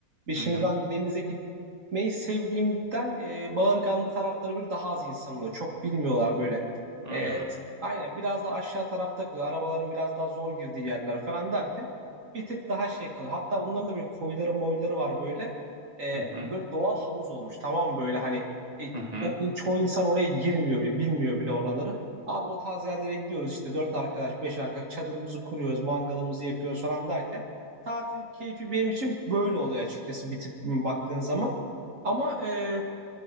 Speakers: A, on the right; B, on the right.
A: Ve şimdi
B: Hı hı.
A: ben denize gitmeyi sevdiğimden e, Bağırganlı tarafları bir daha az insan oluyor. Çok bilmiyorlar böyle.
B: Öyle
A: E,
B: mi?
A: t- aynen biraz da aşağı tarafta kalıyor. Arabaların biraz daha zor girdiği yerler falan derken bir tık daha şey kalıyor. Hatta onların da böyle koyları moyları var böyle. E,
B: Hı hı.
A: böyle doğal havuz olmuş tamam mı böyle hani e,
B: Hı hı.
A: o, e, çoğu insan oraya girmiyor bile bilmiyor bile oraları. Abi o tarz yerlere gidiyoruz işte dört arkadaş, beş arkadaş çadırımızı kuruyoruz, mangalımızı yakıyoruz falan derken tatil keyfi benim için böyle oluyor açıkçası bir tık baktığın zaman. Ama e,